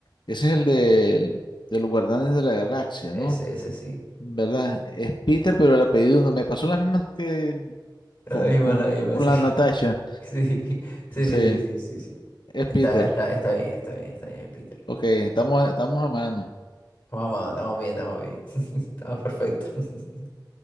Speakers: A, on the left; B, on the left.
A: Ese es el de, de los Guardianes de la Galaxia,
B: Ese,
A: ¿no?
B: ese sí.
A: ¿Verdad? Es Peter, pero el apellido no me pasó las mismas que
B: La
A: con,
B: misma,
A: con,
B: la misma,
A: con- con
B: sí.
A: la Natasha.
B: <laughs> Sí, sí,
A: Sí,
B: sí, sí, sí, sí, sí,
A: es
B: Está,
A: Peter.
B: está, está bien, está bien, está bien, Peter.
A: Ok, estamos, estamos a mano.
B: Vamos, estamos bien, estamos bien. <laughs> Estamos perfectos. <laughs>